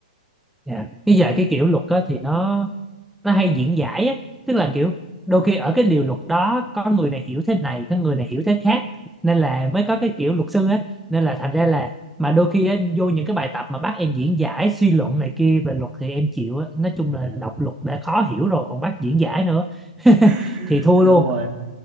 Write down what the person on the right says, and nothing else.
Ờ.
<laughs>
đúng
rồi